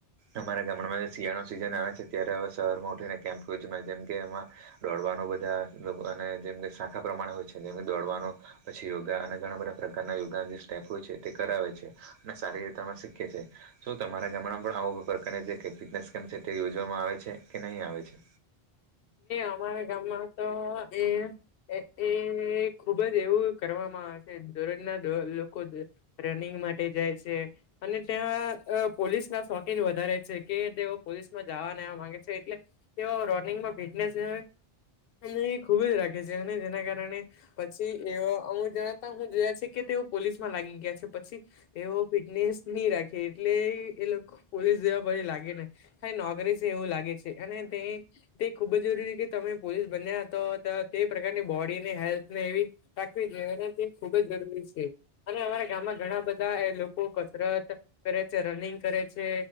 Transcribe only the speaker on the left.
અમારા ગામમાં તો એ એ ખુબ જ એવું કરવા મા દોર જ ના લોકો રનિંગ માટે જાય છે અને ત્યાં પોલીસ ના શોખીન વધારે છે કે તેઓ પોલીસમાં જાવા ન એવા માંગે છે એટલે તેઓ રોનિંગમાં ફિટનેસ અને એ ખુબ જ રાખે છે અને જેના કારણે પછી એવા અમુક જણાતા હું જોયા છે કે પોલીસ માં લાગી ગયા છે, પછી તેઓ ફિટનેસ નહી રાખે એટલે એ લોકો પોલીસ પછી લાગે ને કઈ નોકરી છે, એવું લાગે છે અને તે તે ખુબ જ જરૂરી છે કે તમે પોલીસ બન્યા તો તે પ્રકારની બોડી ને હેલ્થ ને એવી રાખવી જે તે ખુબ જ જરૂરી છે અને અમારા ગામમાં ઘણા બધા એ લોકો કસરત કરે છે. રનિંગ કરે છે